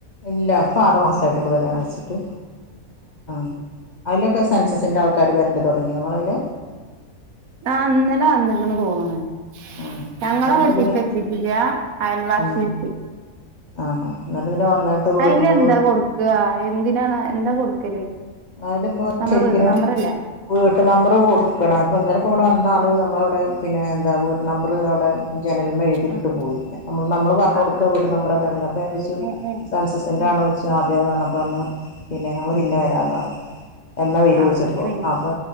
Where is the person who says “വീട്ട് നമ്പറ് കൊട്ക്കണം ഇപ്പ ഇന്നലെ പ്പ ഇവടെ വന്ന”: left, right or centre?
Left